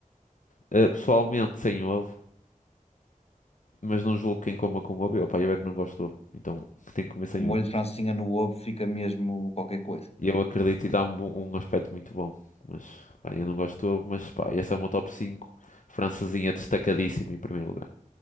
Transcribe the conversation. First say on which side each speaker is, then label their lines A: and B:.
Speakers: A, on the left; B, on the left.
A: Eh, pessoalmente sem ovo, mas não julgo quem coma com ovo. Eu, pá, eu é que não gosto de ovo, então <laughs> tem que comer sem
B: Com
A: ovo.
B: molho de francinha no ovo fica mesmo qualquer coisa.
A: E eu acredito e dá um, bom- um aspecto muito bom. Mas, pá, eu não gosto de ovo, mas, pá, essa é uma top cinco Francesinha destacadíssima em primeiro lugar.